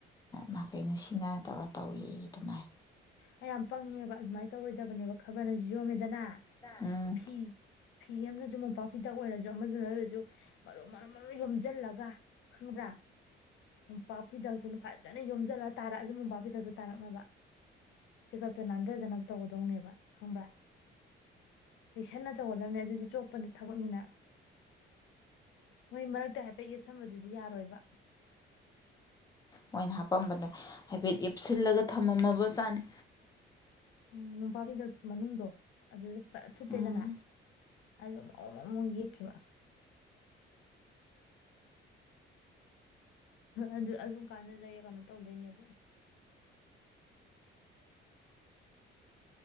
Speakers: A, on the left (about 20°); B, on the left (about 80°).
A: ꯃꯥꯀꯩ ꯅꯨꯡꯁꯤꯅ ꯇꯧꯔ ꯇꯧꯔꯤ ꯑꯗꯨꯃꯥꯏꯅ
B: ꯑꯩ ꯌꯥꯝ ꯄꯪꯉꯦꯕ ꯑꯗꯨꯃꯥꯏꯅ ꯇꯧꯔꯣꯏꯗꯕꯅꯦꯕ ꯈꯕꯔꯅꯁꯨ ꯌꯣꯝꯃꯦꯗꯅ
A: ꯎꯝ
B: ꯐꯤ ꯐꯤ ꯑꯃꯅꯁꯨ ꯃꯣꯝꯄꯥꯛ ꯐꯤꯗꯛ ꯑꯣꯏꯔꯁꯨ ꯑꯃꯗꯨꯅ ꯑꯣꯏꯔꯁꯨ ꯃꯔꯨ ꯃꯔꯨ ꯃꯔꯨ ꯌꯣꯝꯁꯤꯜꯂꯒ ꯈꯪꯕ꯭ꯔꯥ ꯃꯣꯝꯄꯥꯛ ꯐꯤꯗꯛꯇꯨꯅ ꯐꯖꯅ ꯌꯣꯝꯁꯤꯜꯂ ꯇꯥꯔꯛꯑꯁꯨ ꯃꯣꯝꯄꯥꯛꯄꯤꯤꯗꯛꯇꯨ ꯇꯥꯔꯛꯅꯕ ꯆꯦꯒꯥꯞ ꯄꯠꯇ ꯅꯥꯟꯊꯗꯅꯕ ꯇꯧꯒꯗꯧꯅꯦꯕ ꯈꯪꯕ꯭ꯔꯥ ꯌꯦꯛꯁꯟꯅ ꯇꯧꯒꯗꯕꯅꯦ ꯑꯗꯨꯗꯤ ꯆꯣꯞꯄꯗꯤ ꯊꯕꯛꯅꯤꯅ ꯃꯣꯏ ꯃꯔꯛꯇ ꯍꯥꯏꯐꯦꯠ ꯌꯦꯞꯁꯟꯕꯗꯨꯗꯤ ꯌꯥꯔꯣꯏꯕ
A: ꯃꯣꯏꯅ ꯍꯥꯄꯝꯕꯗ ꯍꯥꯏꯐꯦꯠ ꯌꯦꯞꯁꯤꯜꯂꯒ ꯊꯝꯃꯝꯃꯕ ꯆꯥꯠꯅꯤ
B: ꯎꯝ ꯃꯣꯟꯄꯥꯛꯐꯤꯗꯠ ꯃꯅꯨꯡꯗꯣ ꯑꯗꯨꯗ ꯐꯖꯅꯥ ꯊꯨꯞꯄꯦꯗꯅ
A: ꯎꯝ
B: ꯑꯗꯨ ꯒ ꯃꯑꯣꯡ ꯃꯑꯣꯡ ꯈꯤꯕ ꯑꯗꯨ ꯑꯗꯨꯝ ꯀꯥꯟꯗꯨꯗꯩ ꯀꯩꯅꯣ ꯇꯧꯗꯣꯏꯅꯦꯕ